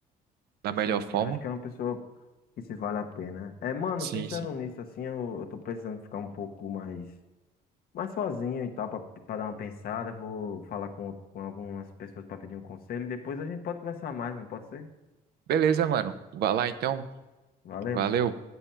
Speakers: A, on the right; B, on the left.
A: Da
B: Assim,
A: melhor forma?
B: sim, acho que é uma pessoa que se vale a pena. É, mano,
A: Sim,
B: pensando
A: sim.
B: nisso, assim, eu, eu tô precisando ficar um pouco mais, mais sozinho e tal, pra, pra dar uma pensada. Vou falar com, com algumas pessoas pra pedir um conselho. e Depois a gente pode conversar mais, não pode ser?
A: Beleza, mano. Vai lá então.
B: Valeu,
A: Valeu.
B: mano.